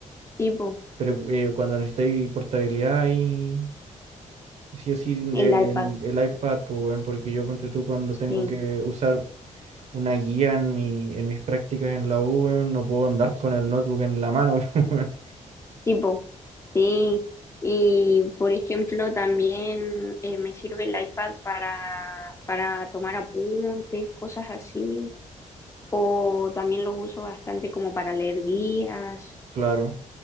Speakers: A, on the left (about 20°); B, on the right (about 55°).
A: Tipo,
B: Pero eh, cuando necesitáis portabilidad y sí o sí el,
A: el iPad,
B: el iPad, pues, weón, porque yo ponte tú cuando tengo
A: sí,
B: que usar una guía en mi, en mis prácticas en la U, weón, no puedo andar con el notebook en la mano, <laughs> weón.
A: tipo, sí. Y por ejemplo, también eh, me sirve el iPad para, para tomar apuntes, cosas así, o también lo uso bastante como para leer guías.
B: Claro.